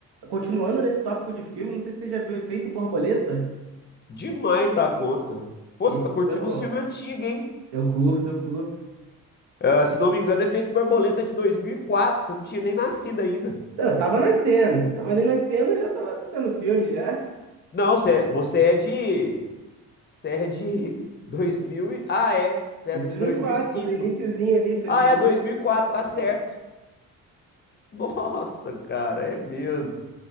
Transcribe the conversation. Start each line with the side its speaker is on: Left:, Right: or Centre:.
Right: continuando nesse tópico de filme, não sei se você já viu o Efeito Borboleta.
Left: Demais da conta. Pô,
Right: Esse
Left: você tá curtindo
Right: é bom.
Left: um filme antigo, hein?
Right: Eu curto, eu curto.
Left: Ah, se não me engano, Efeito Borboleta de 2004. Você não tinha nem nascido ainda.
Right: Eu tava nascendo, tava ali nascendo e já tava tendo filme já.
Left: Não, você é, você é de... Você é de 2000 e... Ah, é. Você
Right: Desde
Left: é de
Right: 2004,
Left: dois mil e cinco.
Right: sou do iniciozinho ali, fevereiro
Left: Ah, é dois mil
Right: de 2004.
Left: e quatro, tá certo.
Right: né?
Left: Nossa, cara, é mesmo.